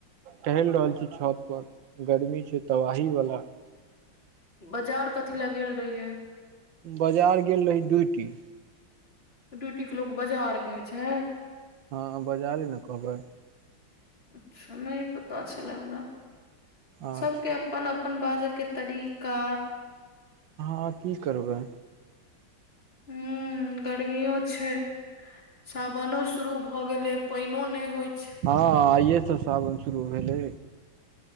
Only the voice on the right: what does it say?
टहैल रहल छी छत पर गर्मी छै तबाही वाला।
बाजार गेल रही डूइटी।
हँ बजारे ने कहबै।
अच्छा
हाँ की करबै।
हँ आइए सँ सावन शुरू भेलै।